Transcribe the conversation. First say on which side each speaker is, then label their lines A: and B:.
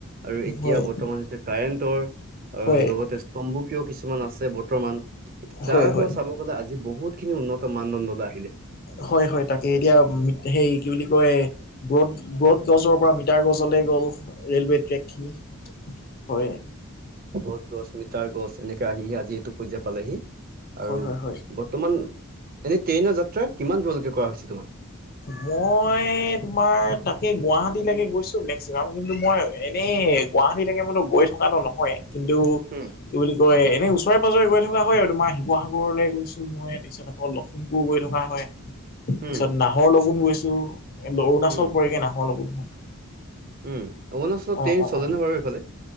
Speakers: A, on the right (about 40°); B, on the left (about 45°).
A: আৰু এতিয়া
B: হয়
A: বৰ্তমান হৈছে কাৰেণ্টৰ, আৰু
B: হয়
A: লগতে স্তম্বকীয় কিছুমান আছে বৰ্তমান, তাৰে
B: হয়
A: পৰা
B: হয়
A: চাব গ'লে আজি বহুতখিনি উন্নত মানদণ্ডলৈ আহিলে।
B: হয় হয় তাকে এতিয়া মিত সেই কি বুলি কয় ব্ৰড ব্ৰড গছৰ পৰা মিটাৰ গছলে গ'ল ৰেলৱে ট্ৰেকখিনি, হয়।
A: বট গছ, মিটাৰ গছ এনেকে আহিহে আজি এইটো পৰ্যায় পালেহি আৰু
B: হয় হয় হয়
A: তোমান, এনেই ট্ৰেইনৰ যাত্ৰা কিমান দূৰলৈকে কৰা হৈছে তোমাৰ?
B: মই তোমাৰ তাকে গুৱাহাটীলৈকে গৈছোঁ মেক্সিমাম কিন্তু মই এনেই গুৱাহাটীলৈকে মইটো গৈ থকাটো নহয় কিন্তু
A: হম।
B: কি বুলি কয় এনেই ওচৰে পাজৰে গৈ থকা হয় আৰু তোমাৰ শিৱসাগৰলৈ গৈছোঁ মই <unintelligible> লখিমপুৰ গৈ থকা হয়। পিছত
A: উম,
B: নাহৰ লগুন গৈছোঁ, অৰুণাচল
A: উম,
B: পৰেগে নাহৰ লগুনখন।
A: উম, অৰুণাচলত
B: অ
A: ট্ৰেইন
B: অ
A: চলেনে
B: অ
A: নে বাৰু এইফালে?